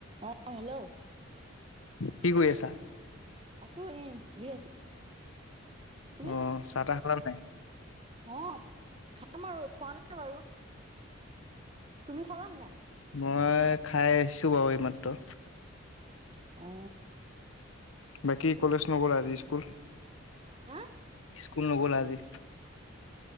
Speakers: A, on the right (about 25°); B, on the left (about 85°).
A: অ hello
B: কি কৰি আছা?
A: <inaudible> বহি আছো। তুমি
B: অ চাহ তাহ খালা উ <inaudible>
A: অ খাম আৰু খোৱা নাই বাৰু তুমি খালা নে নাই?
B: মই খাই আহিছোঁ বাৰু এইমাত্ৰ।
A: অ
B: বাকী কলেজ নগ'লা আজি স্কুল,
A: হা
B: স্কুল নগলা আজি?